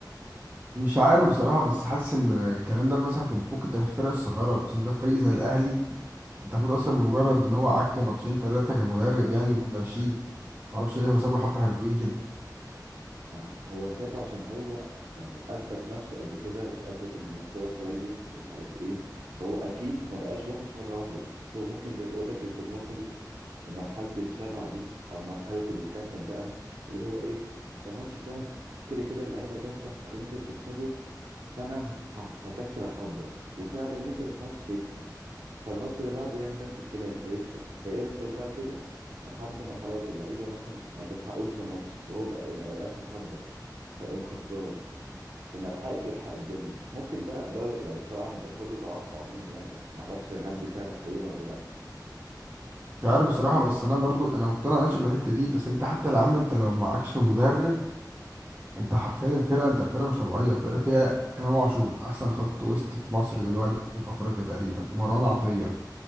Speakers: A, on the right; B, on the right.
A: مش عارف بصراحه بس حاسس ان الكلام ده مثلا في الفوق في الفرق الصغيره بس انت في فريق زي الاهلي انت المفروض اصلا بمجرد ان هو عك ماتشين ثلاثه كمدرب يعني ماشي معرفش ليه هو سابه حبه حلوين كده
B: ما هو سابه عشان هو يعني اثبت نفسه قبل كده واثبت انه مستواه كويس ومش عارف ايه فهو اكيد ما بقاش وحش مره واحده بس هو ممكن زي ما بقول لك يكون واصل لمرحله الشبع دي او مرحله الكسل بقى اللي هو ايه ده ماتش سهل كده كده اللعيبه جامده هتنزل تكسبه فانا ه- ه- هكسر احضر وفعلا ينزل الماتش يكسب فالماتش اللي بعده يعمل نفس الكلام فيكسب فيفضل بقى كده لحد ما خلاص اللعيبه مثلا ما تلحقوش في ماتش وهو ما ما يبقاش محضر فيقوم خسران فما يلحقش يلحق الدنيا ممكن ده ده يعني طبعا ده كله توقع مني يعني بس ما اعرفش هل دي فعلا حقيقه ولا لا
A: مش عارف بصراحة بس أنا برضو أنا مقتنع ماشي بالحتة دي بس أنت حتى يا عم أنت لو معكش مدرب أنت حرفيا الفرقة أنت فرقة مش طبيعية فرقة فيها إمام عاشور أحسن خط وسط في مصر دلوقتي في أفريقيا تقريبا مروان عطية